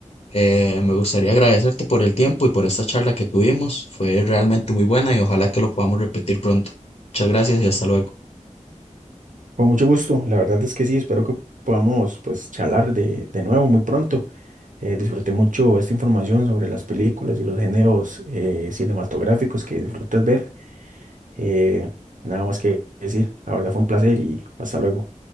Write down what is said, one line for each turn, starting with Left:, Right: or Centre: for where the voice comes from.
Left: Eh, me gustaría agradecerte por el tiempo y por esta charla que tuvimos. Fue realmente muy buena y ojalá que lo podamos repetir pronto. Muchas gracias y hasta luego.
Right: Con mucho gusto, la verdad es que sí, espero que podamos pues charlar de, de nuevo muy pronto. Eh, disfruté mucho esta información sobre las películas y los géneros eh, cinematográficos que disfrutas ver. Eh, nada más que decir, la verdad fue un placer y hasta luego.